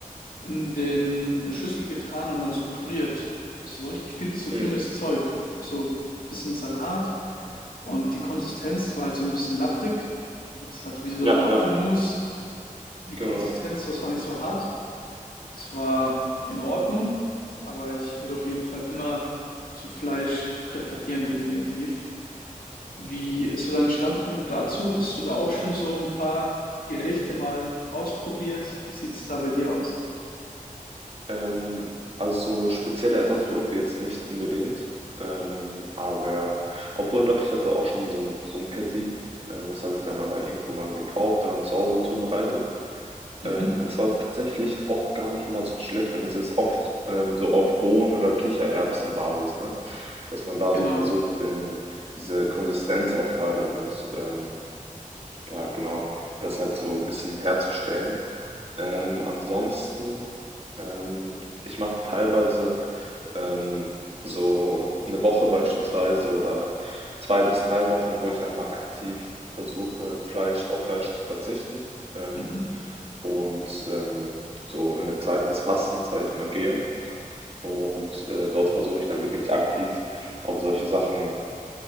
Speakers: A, on the left (about 85°); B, on the right (about 45°).
A: in den Schüssel getan und dann so püriert. Also so richtig viel so
B: Mhm.
A: grünes Zeug. Auch so ein bisschen Salat. Und die Konsistenz, die war halt so ein bisschen lapprig. Es hat wie so
B: Ja,
A: ein Apfelmus.
B: ja.
A: Die
B: Genau.
A: Konsistenz, das war nicht so hart. Das war in Ordnung. Aber ich würde auf jeden Fall immer zu Fleisch präferieren, definitiv. Wie ist so dein Standpunkt dazu? Hast du da auch schon so ein paar Gerichte mal ausprobiert? Wie sieht's da bei dir aus?
B: Ähm, also spezielle Ersatzprodukte jetzt nicht unbedingt. Ähm, aber obwohl doch, ich hatte auch schon mal so ein, so ein Patty. Ähm, das habe ich dann aber irgendwo mal gekauft und dann zu Hause zubereitet.
A: Mhm,
B: Ähm, das war tatsächlich auch gar nicht mal so schlecht. Und es ist oft ähm, so auf Bohnen- oder Kichererbsenbasis, ne? Dass man da
A: genau.
B: so versucht, den, diese Konsistenz auch gerade und ähm, ja, genau. Das halt so ein bisschen herzustellen. Ähm, ansonsten, ähm, ich mache teilweise ähm, so eine Woche beispielsweise oder zwei bis drei Wochen, wo ich dann mal aktiv versuche, Fleisch auf Fleisch zu verzichten ähm,
A: Mhm.
B: und ähm, so in eine Zeit des Fastens, sage ich mal, gehe. Und äh, dort versuche ich dann wirklich aktiv auf solche Sachen